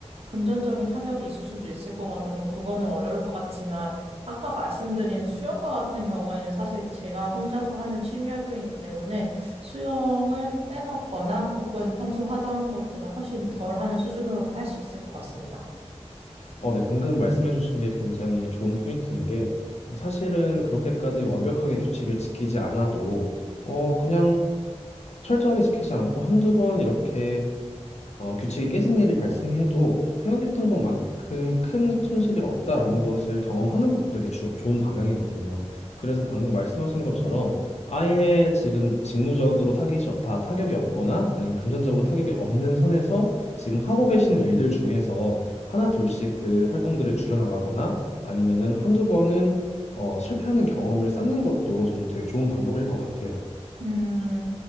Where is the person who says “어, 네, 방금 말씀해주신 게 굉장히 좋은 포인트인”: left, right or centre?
Left